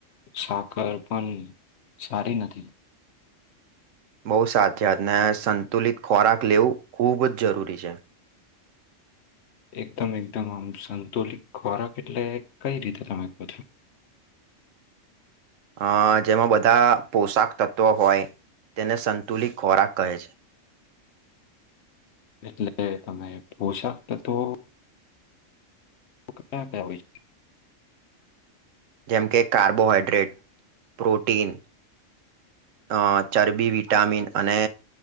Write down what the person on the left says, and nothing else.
સાકર પણ સારી નથી.
એકદમ એકદમ આમ સંતુલિત ખોરાક એટલે કઈ રીતે તમે કહ છો?
એટલે તમે પોષક તત્વો કયા ક્યા હોય છે?